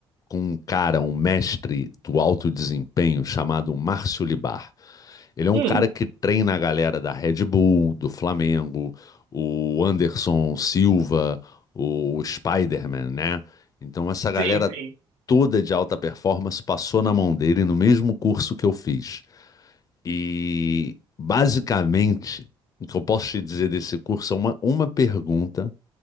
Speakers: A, on the left; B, on the right.
A: com um cara, um mestre do alto desempenho chamado Márcio Libar. Ele é
B: Hum,
A: um cara que treina a galera da Red Bull, do Flamengo, o Anderson Silva, o Spider-Man, né? Então essa galera
B: sim, sim.
A: toda de alta performance passou na mão dele no mesmo curso que eu fiz. E basicamente, o que eu posso te dizer desse curso é uma, uma pergunta